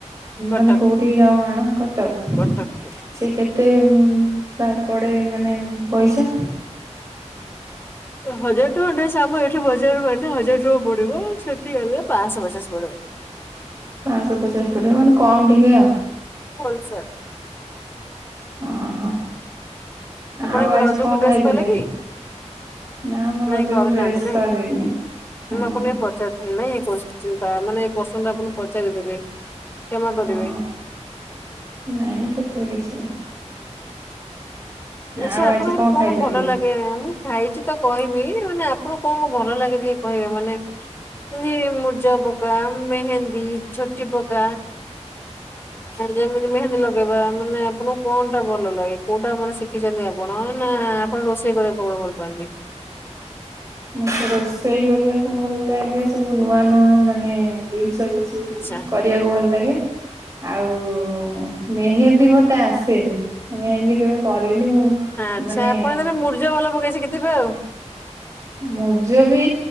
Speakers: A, on the left; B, on the right.
A: କଟକ
B: ମାନେ କୋଉଠିକି ଯାଅ ଆଣ କଟକ
A: କଟକରୁ।
B: ସେ କେତେ? ଏତେ ପ୍ରାୟ ପଡେ ମାନେ ପଇସା?
A: ହଜାର ଟଙ୍କା ଡ୍ରେସ ଆମ ଏଇଠି ବଜାର ହଜାର ଟଙ୍କା ପଡିବ ସେଠି ହେଲେ ପାଁସ ପଚାଶ। ପଡିବ।
B: ପାଁସ ପଚାଶ ପଡିଆ ମାନେ କମ ଟିକେ ଆଉ
A: ହୋଲସେଲ।
B: ଓହୋ
A: ଆପଣ
B: ଆଉ
A: ଏବେ
B: ଆଜି
A: ରଜକୁ
B: କଣ
A: ଡ୍ରେସ୍
B: ଖାଇଥିଲେ?
A: କଲେ କି?
B: ନା ମୁଁ ରଜକୁ
A: ନାଇଁ କରିନାହାନ୍ତି
B: ଡ୍ରେସ୍
A: ନାଇଁ
B: କରିନି ହୁଁ
A: ମୁଁ ଆପଣ ଟିକ ପଚାରଥିଲି ନାଇଁ? ଚିନ୍ତା ମାନେ ପସନ୍ଦ ଆପଣଙ୍କୁ ପଚାରିଥିଲେ କ୍ଷମା
B: ହଁ
A: କରିବେ।
B: ନାଇଁ ସେଥିରେ କିଛି ନାହିଁ।
A: ଆଛା
B: ଆଉ
A: ଆପଣଙ୍କର
B: ଆଜି
A: କଣ
B: ଖାଇଛନ୍ତି?
A: ଭଲ ଲାଗେ ମୁଁ ଖାଇଛି ତ କହିବି ମାନେ ଆପଣଙ୍କୁ କଣ କ ଭଲ ଲାଗେ ଟିକେ କହିବେ ମାନେ ମୁର୍ଜା ପକା ମେହେନ୍ଦୀ ଝୋଟି ପକା
B: <inaudible>
A: ଯେମିତି ମେହେନ୍ଦୀ ଲଗେଇବା ମାନେ ଆପଣଙ୍କୁ କଣ ଟା ଭଲ ଲାଗେ କୋଉଟା ମାନେ ଶିଖିଛନ୍ତି ଆପଣ ନା ନା ଆପଣ ରୋଷେଇ କରିବାକୁ କେବଳ ଭଲ ପାଆନ୍ତି?
B: <inaudible> ମତେ ରୋଷେଇ କରିବାକୁ ଭଲ ଲାଗେ ସବୁ ନୂଆ ନୂଆ ମାନେ ଜି ଜିନଷ କିଛି
A: ଆଚ୍ଛା
B: କରିବାକୁ ଭଲ ଲାଗେ ଆଉ ଓ ମେହେନ୍ଦୀ ମତେ ଆସେନି ମେହେନ୍ଦୀ କେବେ କରି ମୁଁ
A: ଆଚ୍ଛା
B: ମାନେ।
A: ଆପଣ ତାହେଲେ ମୁର୍ଜ ଭଲ ପକେଇ ଶିଖିଥିବେ ଆଉ।
B: ମୁରୁଜ ବି